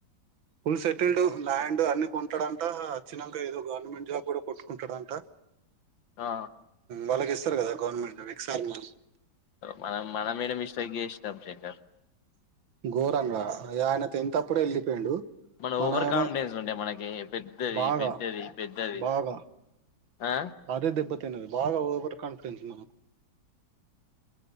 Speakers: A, on the right; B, on the left.
A: ఫుల్ సెటిల్డ్ ల్యాండ్ అన్ని కొంటాడంట అచ్చినంగా ఏదో గవర్నమెంట్ జాబ్ కూడా కొట్టుకుంటాడంట
B: ఆ
A: వాళ్ళకి ఇస్తారు కదా గవర్నమెంట్ ఎక్సార్ మ
B: మనం మన మెడ మిస్టెక్ చేస్నం శంకర్
A: ఘోరంగా ఆయన తెంతప్పుడే వెళ్ళిపోయిండు
B: మనం
A: మనమేమో
B: ఓవర్ కాన్ఫిడెన్స్ ఉండే మనకి పెద్దది
A: బాగా
B: పెద్దది పెద్దది
A: బాగా
B: ఆ
A: అదే దెబ్బతిన్నది బాగా ఓవర్ కాన్ఫిడెన్స్ మన